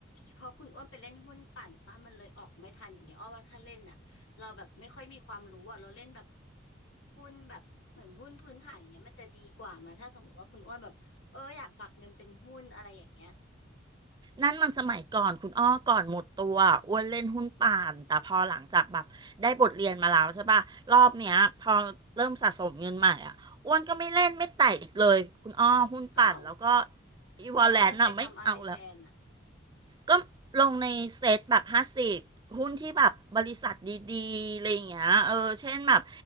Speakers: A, on the left (about 80°); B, on the right (about 20°).
A: พอคุณอ้วนไปเล่นหุ้นปั่นป้ามันเลยออกไม่ทันอย่างเงี้ยอ้อว่าถ้าเล่นน่ะเราแบบไม่ค่อยมีความรู้อ่ะเราเล่นแบบหุ้นแบบเหมือนหุ้นพื้นฐานอย่างเงี้ยมันจะดีกว่ามาถ้าสมมติว่าคุณอ้วนแบบเอออยากฝากเงินเป็นหุ้นอะไรอย่างเงี้ย
B: นั่นมันสมัยก่อนคุณอ้อก่อนหมดตัวอ้วนเล่นหุ้นป่านแต่พอหลังจากแบบได้บทเรียนมาแล้วใช่ป่ะรอบเนี้ยพอเริ่มสะสมเงินใหม่อ่ะอ้วนก็ไม่เล่นไม่แตะอีกเลยคุณอ้อหุ้นป่านแล้วก็
A: เอ้า
B: อีวอลเลนน่ะไม่เอาแล้ว
A: แล้วเอาเงินไปทำอะไรแทนอ่ะ
B: ก็ลงในเซ็ตแบบห้าสิบหุ้นที่แบบบริษัทดีๆอะไรอย่างเงี้ยเออเช่นแบบ